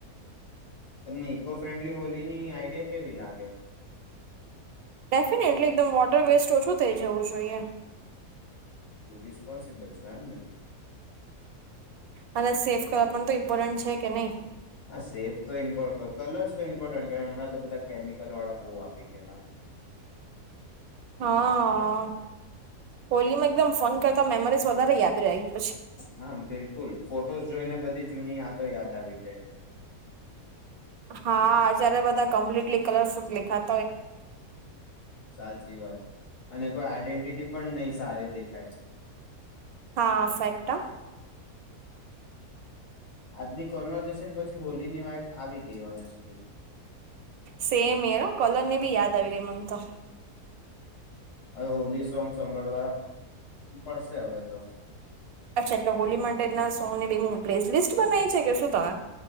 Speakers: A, on the left (about 80°); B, on the right (about 70°).
A: તમને ઈકો ફ્રેન્ડલી હોલી ની આઈડિયા કેવી લાગે?
B: ડેફિનેટલી એકદમ વોટર વેસ્ટ ઓછું થઇ જવું જોઈએ.
A: રિસ્પોન્સિબલ છે એમને.
B: અને સેફ કલર પણ તો ઇમ્પોર્ટન્ટ છે કે નહી.
A: હા સેફ તો ઇમ્પોર્ટ કલર્સ તો ઇમ્પોર્ટન્ટ હમણાં તો બધા કેમિકલ વાળા બહ આવી ગયેલા.
B: હા હોલીમાં એકદમ ફોન કરતા મેમરીઝ વધારે યાદ રેય.
A: હા બિલકુલ. ફોટોસ જોઈને બધી જૂની યાદો યાદ આવી જાય.
B: હા જય્યારે બધા કમ્પ્લીટલી કલરફુલ લેખા
A: સાચી વાત અને કોઈ આઈડેન્ટિટી પણ નહી સારે દેખાય.
B: હા ફેક્ટ હા.
A: આજની કોન્વર્ઝેશન પછી હોલીની વાઈબ આવી ગઈ ઓનેસ્ટલી.
B: સેમ એરા કોલોરની બી યાદ આવી રહી મને તો.
A: હવે હોલી સોંગ સાંભળવા પડશે હવે તો.
B: અચ્છા એટલે હોલી મંડે ના સોંગની બી હું પ્લેલિસ્ટ બનાવી છે કે શું તમે?